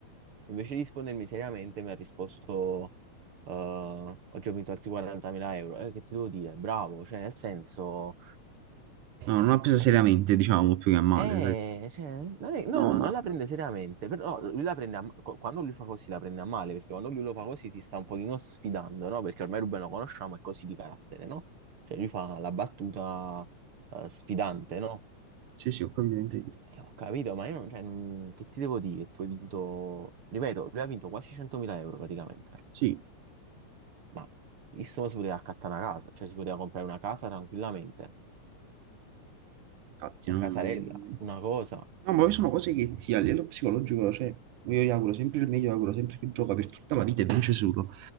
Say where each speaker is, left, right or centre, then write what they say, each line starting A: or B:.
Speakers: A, on the right; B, on the right.
A: invece di rispondermi seriamente mi ha risposto eh, oggi ho vinto altri 40.000 euro. Eh, che ti devo dire? Bravo, cioè, nel senso.
B: no, non ha preso
A: eh,
B: seriamente, diciamo, più che a male.
A: eh, cioè, non è- no,
B: No,
A: no,
B: ma
A: non la prende seriamente, però no, lui la prende a, co- quando lui fa così la prende a male, perché quando lui lo fa così ti sta un pochino sfidando, no? Perché ormai Ruben lo conosciamo, è così di carattere, no? Cioè lui fa la battuta eh, sfidante, no?
B: sì, sì, ho capito. che intendi.
A: E ho capito, ma io non, cioè, non- che ti devo dire? Tu hai vinto, ripeto, lui ha vinto quasi 100.000 euro praticamente,
B: Sì,
A: ma il mo si poteva accattare una casa, cioè si poteva comprare una casa tranquillamente,
B: infatti,
A: una
B: non...
A: casarella, una cosa,
B: No, ma poi sono cose che ti a livello psicologico, cioè, io gli auguro sempre il meglio, gli auguro sempre che gioca per tutta la vita e vince solo.